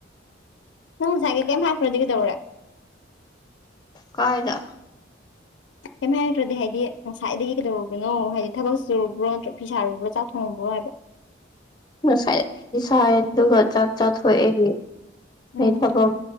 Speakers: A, on the left (about 75°); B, on the left (about 25°).
A: ꯅꯪ ꯉꯁꯥꯏꯒꯩ ꯀꯩꯝ ꯍꯥꯏꯔꯛꯇ꯭ꯔꯗꯤ ꯀꯩꯗꯧꯔꯦ
B: ꯀꯥꯏꯗ
A: ꯀꯩꯝ ꯍꯥꯏꯔꯛꯇ꯭ꯔꯗꯤ ꯍꯥꯏꯗꯤ ꯉꯁꯥꯏꯗꯒꯤ ꯀꯩꯗꯔꯨꯕꯅꯣ ꯍꯥꯏꯗꯤ ꯊꯕꯛ ꯆꯨꯕ꯭ꯔꯣ ꯅꯠꯇ꯭ꯔꯒ ꯐꯤ ꯁꯥꯔꯨꯕ꯭ꯔꯣ ꯆꯥꯛ ꯊꯣꯡꯉꯨꯕ꯭ꯔꯣ ꯍꯣꯏ
B: <inaudible> ꯉꯁꯥꯏ ꯐꯤꯁꯥꯏꯌꯦ ꯑꯗꯨꯒ ꯆꯥꯛ ꯆꯥꯊꯣꯛꯑꯦ
A: ꯎꯝ
B: ꯑꯩ ꯊꯕꯛ